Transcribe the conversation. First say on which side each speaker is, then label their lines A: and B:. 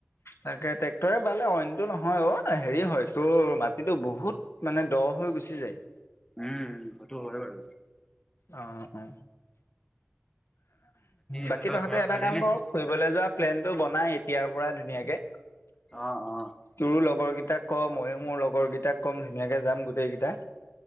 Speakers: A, on the left; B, on the left.
A: তাকে ট্ৰেক্টৰে বালে অইনটো নহয় অ হেৰি হয় তোৰ মাটিটো বহুত মানে দহ হৈ গুচি যায়।
B: উম সেইটো হয় বাৰু।
A: অ, অ। বাকী
B: তহঁতৰ
A: তহঁতে
B: ঘৰত
A: এটা
B: ভালেই
A: কাম
B: নে
A: কৰ, ফুৰিবলৈ যোৱা প্লেনটো বনাই তিয়াৰ পৰা ধুনীয়াকে,
B: অ অ
A: তোৰো লগৰ কেইটাক ক ময়ো মোৰ লগৰ কেইটাক ক'ম ধুনীয়াকে যাম গোটেই কেইটা